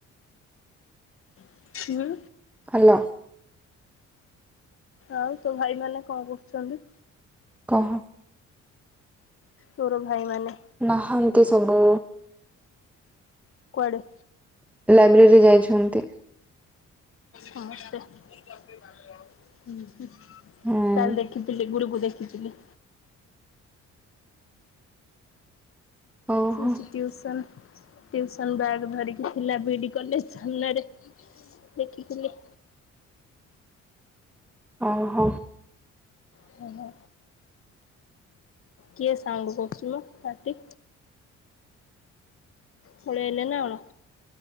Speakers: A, on the left (about 45°); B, in the centre.
A: କଣ କହିଲ?
B: ହାଲୋ।
A: ଆଉ ତୋ ଭାଇ ମାନେ କ'ଣ କରହୁଛନ୍ତି?
B: କହ।
A: ତୋର ଭାଇମାନେ
B: ନାହାନ୍ତି ସବୁ।
A: କୁଆଡେ?
B: <inaudible> ଯାଇଛନ୍ତି।
A: ସମସ୍ତେ, ହୁଁ। ହୁଁ,
B: ହୁଁ
A: କାଲି ଦେଖିଥିଲି ଗୁରୁକୁ ଦେଖିଥିଲି।
B: ଓହୋ
A: ସେ ଟି ଟିଉସନ ଟିଉସନ୍ ବ୍ୟାଗ ଧରିକି ଥିଲା ବି ଡି କଲେଜ ସାମ୍ନାରେ। ଦେଖିଥିଲି।
B: ହଉ ହଉ।
A: ହେ ହେ କିଏ ସାଉଣ୍ଡ କରୁଛି ମ ପାଟି? ପଳେଇଲେ ନା କ'ଣ?